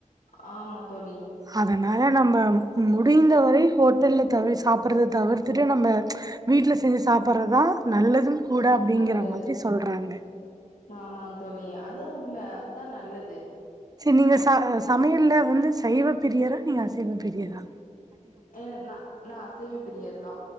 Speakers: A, on the left; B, on the right.
A: ஆமா தோழி
B: அதனால நம்ம முடிந்த வரை ஹோட்டல்ல தவிர சாப்பிறத தவிர்த்துட்டு நம்ம வீட்ல செஞ்சு சாப்டுறதா நல்லது கூட அப்டிங்கற
A: நல்லது
B: மாரி சொல்றாங்க
A: ஆமாங்க தோழி அதுவு உண்மை அதுதா நல்லது
B: சேரி நீங்க ச சமையல்ல வந்து சைவப்பரியரா இல்ல அசைவப்பரியரா
A: ஏன்னா நா அசைவ பிரிய தா